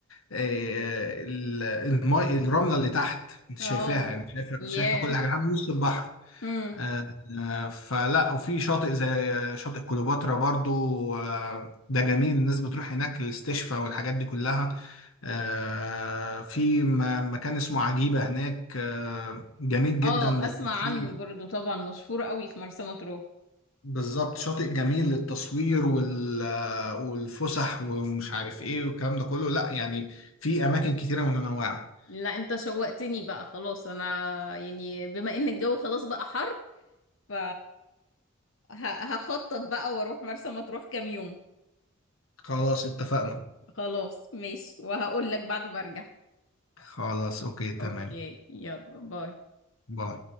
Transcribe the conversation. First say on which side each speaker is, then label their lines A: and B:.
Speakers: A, on the left; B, on the left.
A: آه، ال- المي الرملة اللي تحت انت شايفاها
B: اه
A: يعني شايفة
B: ياه
A: شايفة كل حاجة لحد نص البحر
B: امم
A: آه، آه، فلا وفي شاطئ زي آه، شاطئ كليوباترا برضو آه، ده جميل الناس بتروح هناك للاستشفاء والحاجات دي كلها آه، في م- مكان اسمه عجيبة هناك آه، جميل جدا
B: اه
A: للتصوير
B: اسمع عنه برضو طبعا مشهور قوي في مرسى مطروح
A: بالظبط شاطئ جميل للتصوير وال- آه، والفسح ومش عارف ايه والكلام ده كله لا يعني في اماكن كتيرة متنوعة
B: لا انت شوقتني بقى خلاص انا يعني بما ان الجو خلاص بقى حر ف ه- هخطط بقى واروح مرسى مطروح كام يوم
A: خلاص اتفقنا
B: خلاص ماشي وهقول لك بعد ما ارجع
A: خلاص اوكي تمام
B: اوكي يلا باي
A: باي